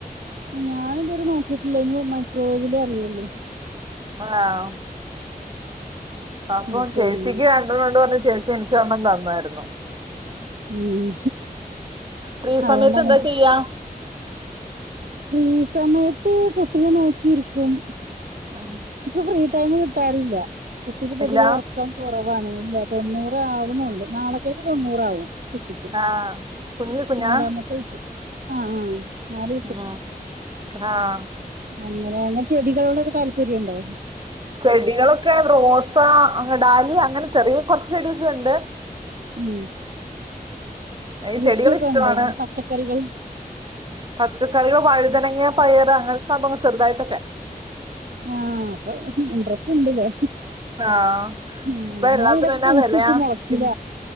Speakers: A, on the right (about 70°); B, on the right (about 30°).
A: ഞാന് ഇതുവരെ നോക്കിയിട്ടില്ലേനു മൈക്രോവേവിലേ അറിയുള്ളൂ
B: ആഹ് അപ്പോ
A: ഉം,
B: ച്ചേച്ചി
A: പിന്നെ
B: ക് <unintelligible> എനിക്ക് എണ്ണം തന്നായിരുന്നു
A: ഉം
B: ഫ്രീ
A: അതുകൊണ്ട്
B: സമയത്ത്
A: അങ്ങനെകിട്ടിലെ
B: എന്താ ചെയ്യാ
A: ഫ്രീ സമയത്ത് കുട്ടിനെ നോക്കിരിക്കും
B: ആഹ
A: നിക്ക് ഫ്രീ ടൈം കിട്ടാറില്ല കുട്ടിക്ക് പൊതുവേ
B: ഇല്ല
A: ഒറ് ക്കം കൊറവാണ് ഇല്ല തൊണ്ണൂറ് ആവണുള്ളൂ നാളെക്കേക്ക് തൊണ്ണൂറാവും ട്ടിക്ക്‌
B: ആ കുഞ്ഞു കുഞ്ഞാ
A: നാലാമത്തെ കുട്ടി ആഹ് ആഹ് നാല്
B: ആഹ് ആഹ്
A: അങ്ങനെഞ ചെടികളോടൊക്കെ താല്പര്യണ്ടോ
B: ചെടികളൊക്കെ റോസ, ഡാലിയ അങ്ങനെ ചെറിയ കൊറച്ച് ചെടിക്കെ ഉണ്ട്
A: ഉം
B: എ
A: കൃഷിയൊക്കെ
B: ചെടികള്ഇഷ്ടണ്
A: ഉണ്ടോ അങ്ങനെ പച്ചക്കറികൾ
B: പച്ചക്കറിയൊ വഴുതനങ്ങ, പയറ്, അങ്ങനെ സംഭവങ്ങ ചെറുതായിട്ടൊക്കെ
A: ആഹ് അപ്പൊ ഇൻട്രസ്റ്റ്ണ്ട്ല്ലേ
B: ആഹ്.
A: ഉം
B: ഇപ്പൊ എല്ലാത്തിനും
A: ഞാ ഇവിടക്കെ
B: എന്നാ
A: കുഴിച്ചട്ട്
B: വെലയാ.
A: മൊളച്ചില
B: പിൻ